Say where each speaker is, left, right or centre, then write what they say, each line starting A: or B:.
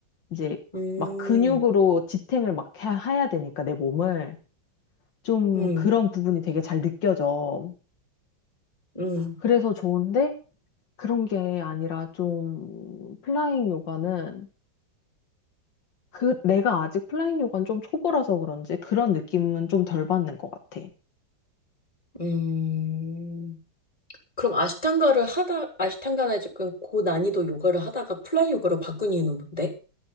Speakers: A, on the left (about 70°); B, on the left (about 20°).
A: 이제
B: 음,
A: 막 근육으로 지탱을 막 해- 해야 되니까 내 몸을. 좀
B: 음,
A: 그런 부분이 되게 잘 느껴져.
B: 음,
A: 그래서 좋은데 그런 게 아니라 좀 플라잉 요가는 그 내가 아직 플라잉 요가는 좀 초보라서 그런지 그런 느낌은 좀 덜 받는 것 같아.
B: 음. 그럼 아시탄가를 하다, 아시탄가나 조금 고난이도 요가를 하다가 플라잉 요가로 바꾼 이유는 뭔데?